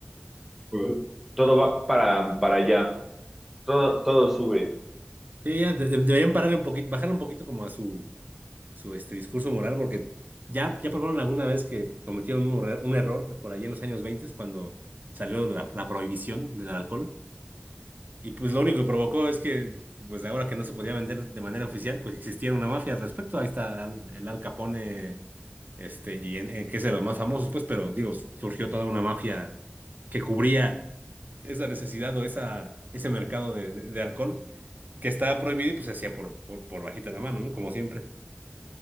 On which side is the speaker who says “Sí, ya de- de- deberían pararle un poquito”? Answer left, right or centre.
Right